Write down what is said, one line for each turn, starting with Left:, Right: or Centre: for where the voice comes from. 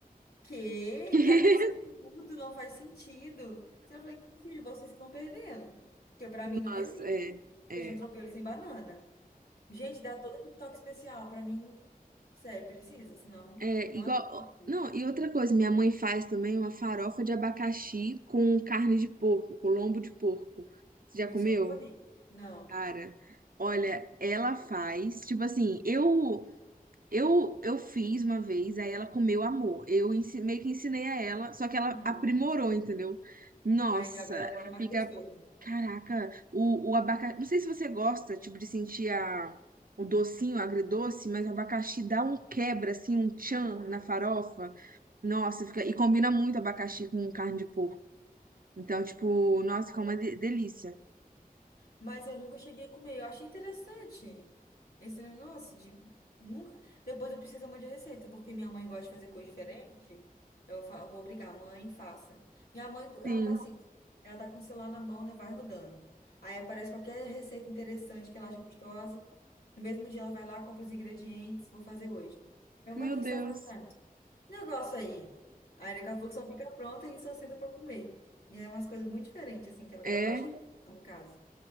Left: Quê?
Right: <laughs>
Left: Que absurdo! Não faz sentido. Então, Eu falei: Filho, vocês que estão perdendo. Porque pra mim não
Right: Nossa,
Left: existe
Right: é, é.
Left: feijão tropeiro sem banana. Gente, dá todo aquele toque especial. Pra mim, não... sério, precisa, senão.
Right: É,
Left: Não
Right: igual.
Left: é a mesma coisa.
Right: Não, e outra coisa, minha mãe faz também uma farofa de abacaxi com carne de porco, com lombo de porco. Você já
Left: Isso
Right: comeu?
Left: eu nunca vi. Não.
Right: Cara, olha, ela faz. Tipo assim, eu eu, eu fiz uma vez, aí ela comeu amor. Eu ensi- meio que ensinei a ela, só que ela
Left: Aham.
Right: aprimorou, entendeu? Nossa,
Left: Aí agora deve ser mais
Right: fica.
Left: gostoso.
Right: Caraca, o, o abacaxi. Não sei se você gosta, tipo, de sentir a, o docinho, o agridoce, mas o abacaxi dá um quebra, assim, um tchan
Left: Aham.
Right: na farofa. Nossa, fica. E combina muito abacaxi com carne de porco. Então, tipo, nossa, fica uma de- delícia.
Left: Mas eu nunca cheguei a comer. Eu achei interessante esse negócio de nunca. Depois eu preciso de a receita, porque minha mãe gosta de fazer coisa diferente. Eu fa- eu vou obrigar, mãe, faça. Minha mãe, ela
Right: Sim,
Left: tá assim, ela tá com o celular na mão, né? Vai rodando. Aí aparece qualquer receita interessante que ela acha gostosa. No mesmo dia ela vai lá, compra os ingredientes, vou fazer hoje. Minha
Right: meu
Left: mãe, o que
Right: Deus.
Left: você tá fazendo? Negócio aí. Aí daqui a pouco só fica pronta e só senta pra comer. E é umas coisas muito diferentes, assim, que ela,
Right: É.
Left: ela gosta de, ir no caso.